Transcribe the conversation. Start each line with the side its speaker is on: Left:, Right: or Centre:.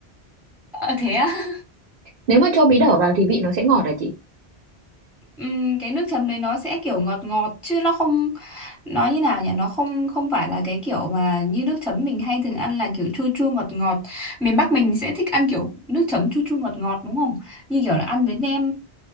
Centre: Ờ thế á?
Right: Nếu mà cho bí đỏ vào thì vị nó sẽ ngọt à chị?
Centre: Ừm, cái nước chấm đấy nó sẽ kiểu ngọt ngọt chứ nó không nó như nào nhỉ nó không không phải là cái kiểu mà như nước chấm mình hay thường ăn là kiểu chua chua ngọt ngọt miền Bắc mình sẽ thích ăn kiểu nước chấm chua chua ngọt ngọt đúng không như kiểu là ăn với nem